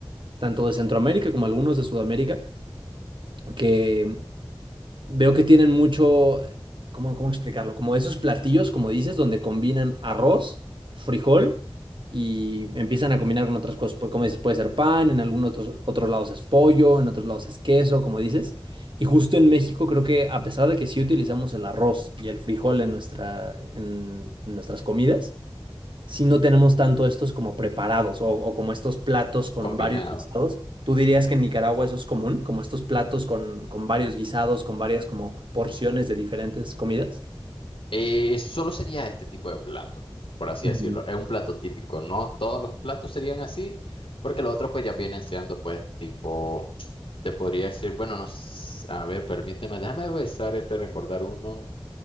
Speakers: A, on the right (about 60°); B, on the left (about 70°).
A: tanto de Centroamérica como algunos de Sudamérica, que Veo que tienen mucho, ¿cómo, cómo explicarlo? Como esos platillos, como dices, donde combinan arroz, frijol y empiezan a combinar con otras cosas. Pu- Como dices, puede ser pan, en algunos otros, otros lados es pollo, en otros lados es queso, como dices. Y justo en México creo que a pesar de que sí utilizamos el arroz y el frijol en nuestra, en nuestras comidas, si no tenemos tanto estos como preparados o, o como estos platos con
B: combinado.
A: varios guisados. ¿Tú dirías que en Nicaragua eso es común, como estos platos con, con varios guisados, con varias como porciones de diferentes comidas?
B: Eh, solo sería este tipo de plato, por así
A: Ujú,
B: decirlo. Es un plato típico. No todos los platos serían así, porque los otros pues ya vienen siendo pues tipo, te podría decir, bueno, no, s- a ver, permíteme, déjame besar este, recordar uno.